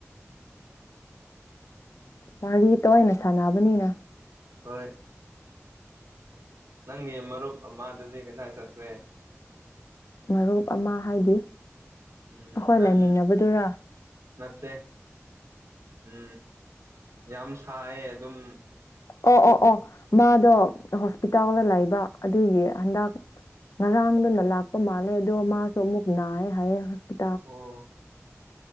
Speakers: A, on the left (about 80°); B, on the right (about 65°).
A: ꯋꯥꯔꯤ ꯇꯣꯏꯅꯥ ꯁꯥꯟꯅꯕꯅꯤꯅ
B: ꯍꯣꯏ ꯅꯪꯒꯤ ꯃꯔꯨꯞ ꯑꯃꯗꯨꯗꯤ ꯀꯗꯥꯏ ꯆꯠꯈ꯭ꯔꯦ
A: ꯃꯔꯨꯞ ꯑꯃ ꯍꯥꯏꯗꯤ
B: ꯎꯝ
A: ꯑꯩꯈꯣꯏ
B: ꯅꯪ
A: ꯂꯩꯃꯤꯟꯅꯕꯗꯨꯔꯥ
B: ꯅꯠꯇꯦ ꯎ ꯌꯥꯝ ꯁꯥꯏꯌꯦ ꯑꯗꯨꯝ
A: ꯑꯣ ꯑꯣ ꯑꯣ ꯃꯥꯗꯣ ꯍꯣꯁꯄꯤꯇꯥꯜꯗ ꯂꯩꯕ ꯑꯗꯨꯒꯤ ꯍꯟꯗꯛ ꯉꯔꯥꯡꯗꯨꯅ ꯂꯥꯛꯄ ꯃꯥꯜꯂꯦ ꯑꯗꯣ ꯃꯥꯁꯨ ꯑꯃꯨꯛ ꯅꯥꯏꯑꯦ ꯍꯥꯏꯌꯦꯦꯇꯥ
B: ꯑꯣ